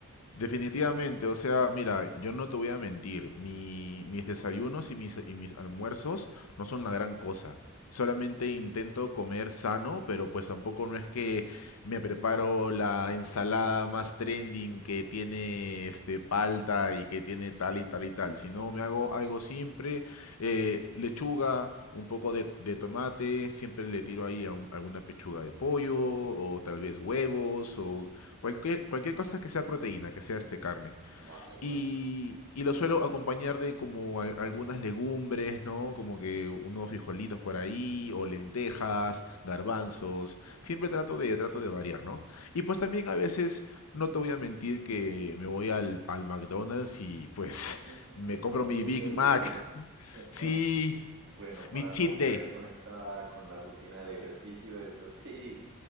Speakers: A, on the left (about 80°); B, on the right (about 50°).
A: Definitivamente, o sea, mira, yo no te voy a mentir, mi- mis desayunos y mis, y mis almuerzos no son la gran cosa. Solamente intento comer sano, pero pues tampoco no es que me preparo la ensalada más trending que tiene este palta y que tiene tal y tal y tal, sino me hago algo simple, eh, lechuga, un poco de, de tomate, siempre le tiro ahí a un- alguna pechuga de pollo o tal vez huevos o Cualquier, cualquier cosa que sea proteína, que sea este carne.
B: Vale, vale,
A: Y,
B: vale.
A: y lo suelo acompañar de como a- algunas legumbres, ¿no? Como que unos frijolitos por ahí, o lentejas, garbanzos. Siempre trato de, trato de variar, ¿no? Y pues también a veces, no te voy a mentir que me voy al, al McDonald's y pues
B: <laughs>
A: <laughs> me compro
B: No
A: mi
B: me digas
A: Big Mac.
B: eso.
A: <laughs>
B: <laughs>
A: Sí,
B: Bueno, para
A: mi cheat
B: romper
A: day.
B: con esta, con la rutina del ejercicio, eso sí,